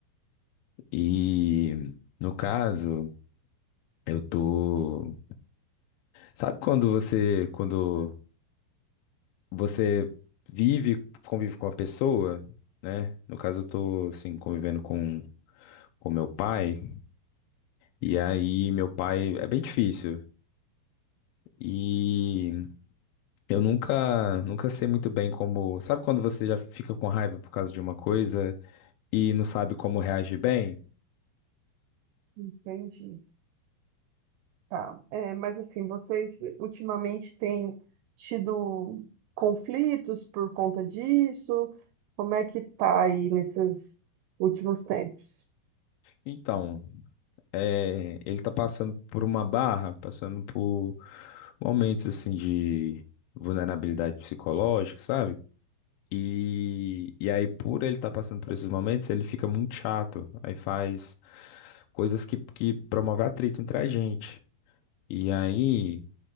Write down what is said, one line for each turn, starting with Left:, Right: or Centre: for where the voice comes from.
Left: e, no caso, eu tô... Sabe quando você, quando você vive, convive com uma pessoa, né? No caso, eu tô, assim, convivendo com, com meu pai. E aí, meu pai é bem difícil. E eu nunca, nunca sei muito bem como. Sabe quando você já fica com raiva por causa de uma coisa e não sabe como reagir bem?
Right: Entendi. Tá. É, mas assim, vocês ultimamente têm tido conflitos por conta disso? Como é que tá aí nesses últimos tempos?
Left: Então, é, ele tá passando por uma barra, passando por momentos assim de vulnerabilidade psicológica, sabe? E, e aí, por ele estar passando por esses momentos, ele fica muito chato. Aí faz coisas que, que promovem atrito entre a gente. E aí.